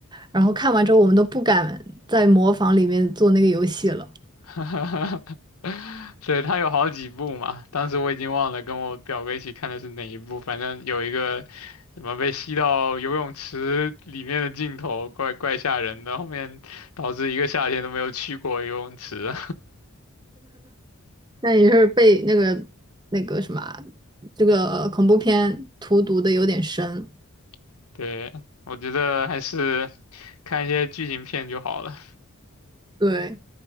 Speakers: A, on the right; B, on the left.
A: 然后看完之后我们都不敢在模仿里面做那个游戏了。
B: <laughs> 对，他有好几部嘛，当时我已经忘了跟我表哥一起看的是哪一部，反正有一个什么被吸到游泳池里面的镜头，怪怪吓人的，后面导致一个夏天都没有去过游泳池。
A: 那也是被那个那个什么啊这个恐怖片荼毒的有点深。
B: <laughs> 对，我觉得还是看一些剧情片就好了。
A: 对，